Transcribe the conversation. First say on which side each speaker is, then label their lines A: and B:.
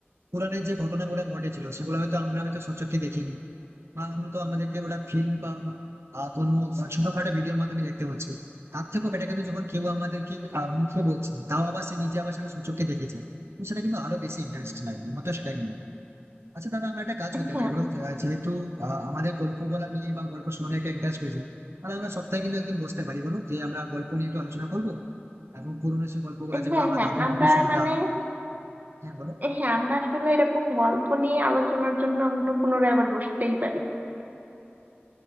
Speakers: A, on the right (about 80°); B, on the right (about 40°).
A: পুরাণের যে ঘটনাগুলো ঘটেছিল সেগুলো হয়তো আমরা হয়তো সচক্ষে দেখিনি বা হয়তো আমাদেরকে ওটা ফিল্ম বা আহ, কোনো ছোটখাটো ভিডিওর মাধ্যমে দেখতে হচ্ছে তার থেকেও বেটার কিন্তু যখন কেউ আমাদেরকে আহ, মুখে বলছে তাও আবার সে নিজে আবার সেটা সচক্ষে দেখেছে তো সেটা কিন্তু আরো বেশি ইন্টারেস্ট লাগবে আমার তো সেটাই মনে হয়। আচ্ছা দাদা আমরা একটা কাজ করতে
B: হ্যাঁ
A: পারি বলুন তো, আহ, যেহেতু আহ, আমাদের গল্প বলা নিয়ে বা গল্প শোনা একটা ইন্টারেস্ট রয়েছে তাহলে আমরা সপ্তাহে কিন্তু একদিন বসতে পারি বলুন যে আমরা গল্প নিয়ে একটু আলোচনা করবো এবং পুরোনো সে গল্পগুলো যেগুলো
B: হ্যাঁ
A: আমরা
B: হ্যাঁ
A: দাদু
B: আমরা
A: মুখে শুনতাম
B: মানে
A: হ্যাঁ বলো
B: হ্যাঁ আমরা আসলে এরকম গল্প নিয়ে আলোচনার জন্য আমরা পুনরায় আবার বসতেই পারি